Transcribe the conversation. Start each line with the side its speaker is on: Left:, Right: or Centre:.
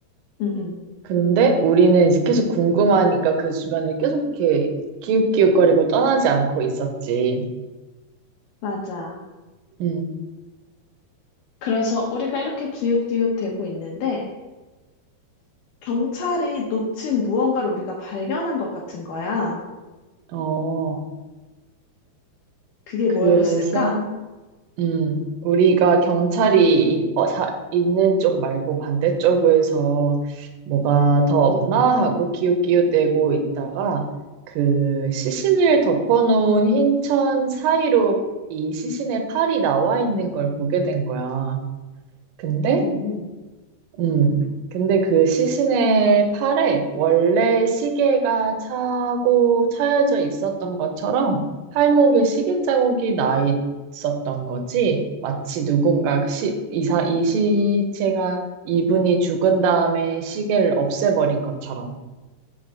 Left: 응, 응.
Right: 근데 우리는 이제 계속 궁금하니까 그 주변을 계속 이렇게 기웃기웃거리고 떠나지 않고 있었지.
Left: 맞아.
Right: 응,
Left: 그래서 우리가 이렇게 기웃기웃대고 있는데, 경찰이 놓친 무언가를 우리가 발견한 것 같은 거야.
Right: 어,
Left: 그게
Right: 그래서
Left: 뭐였을까?
Right: 음, 우리가 경찰이 이- 어, 자, 있는 쪽 말고 반대쪽에서 뭐가 더 없나 하고 기웃기웃대고 있다가 그 시신을 덮어놓은 흰 천 사이로 이 시신의 팔이 나와 있는 걸 보게 된 거야. 근데
Left: 음.
Right: 음. 근데 그 시신의 팔에 원래 시계가 차고 차여져 있었던 것처럼 팔목에 시계 자국이 나 있었던 거지. 마치 누군가 그 시, 이사, 이 시체가 이분이 죽은 다음에 시계를 없애버린 것처럼.